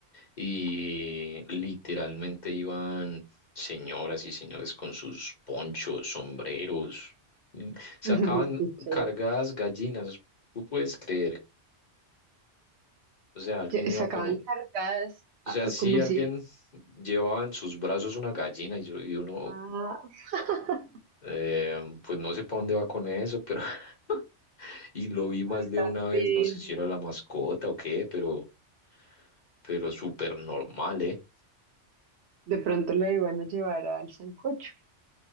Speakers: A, on the left (about 40°); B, on the right (about 65°).
A: y literalmente iban señoras y señores con sus ponchos, sombreros, mm, sacaban
B: <laughs> Qué chévere.
A: cargadas gallinas, tú puedes creer, o sea, alguien
B: Lle-
A: iba
B: Sacaban
A: con, un-
B: cargadas, ah,
A: o sea, si
B: como
A: alguien
B: si.
A: llevaba en sus brazos una gallina y, yo, y uno,
B: Ah. <laughs>
A: eh, pues no sé para dónde va con eso, pero <laughs> y lo vi más
B: Ay,
A: de
B: también.
A: una vez, no sé si era la mascota o qué, pero, pero súper normal, ¿eh?
B: De pronto lo iban a llevar al sancocho.